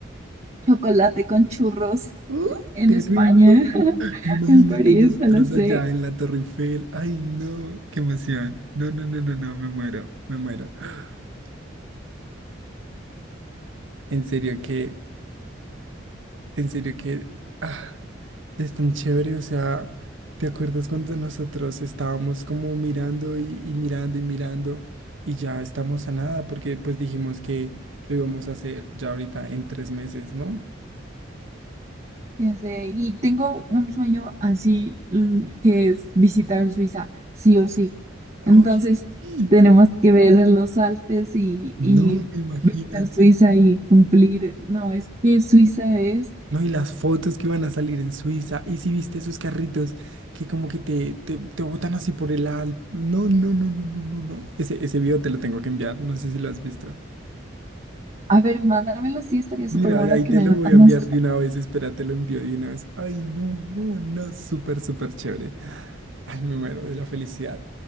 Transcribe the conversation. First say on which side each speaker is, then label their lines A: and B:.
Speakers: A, on the right (about 35°); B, on the right (about 80°).
A: Chocolate con churros
B: ¡Uh!
A: en
B: ¡Qué
A: España,
B: rico!
A: <laughs>
B: Imagínate
A: en París,
B: nosotros
A: no lo sé.
B: allá en la Torre Eiffel, ay no, qué emoción, no, no, no, no, no, me muero, me muero, <gasps> en serio que, en serio que, ah. Es tan chévere, o sea, ¿te acuerdas cuando nosotros estábamos como mirando y, y mirando y mirando y ya estamos a nada porque pues dijimos que lo íbamos a hacer ya ahorita en tres meses, ¿no?
A: Ya sé, y tengo un sueño así l- que es visitar Suiza, sí o sí. Entonces,
B: Oye, sí.
A: tenemos que ver los Alpes y,
B: No,
A: y
B: imagínate.
A: visitar Suiza y cumplir. No, es que Suiza es.
B: No, y las fotos que van a salir en Suiza. Y si viste esos carritos que como que te, te, te botan así por el al... No, no, no, no, no, no, no. Ese, ese video te lo tengo que enviar. No sé si lo has visto.
A: A ver, mándamelo, sí, estaría
B: Mira,
A: súper bueno
B: ahí
A: que
B: te
A: me
B: lo
A: lo
B: voy a
A: mandas.
B: enviar de una vez, espera, te lo envío de una vez. Ay, no, no, no, súper, súper chévere. Ay, me muero de la felicidad.